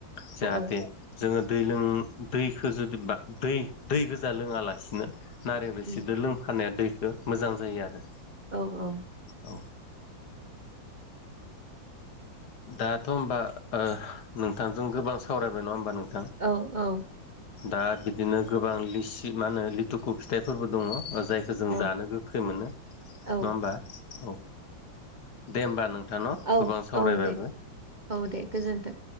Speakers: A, on the left; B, on the right.
A: जाहाथे
B: औ उम
A: जोङो दै लों दैखो जुदि दै- दै गोजा लोङालासिनो नारें रोसिदो
B: औ
A: लोंफानाया दैखो मोजां जायो आरो
B: औ - औ
A: औ दाथ' होमबा ओ नोंथांजों गोबां सावरायबाय नङा होमबा नों थां
B: औ - औ
A: दा बिदिनो गोबां लिसि मा होनो लिथुखु फिथाइफोरबो दङ औ जायखौ जों
B: औ
A: जानो गोखै मोनो नङा
B: औ
A: होमबा औ दे होमबा नोंथां न'
B: औ
A: गोबां सावरायबाय
B: औ दे औ दे गोजोन्थों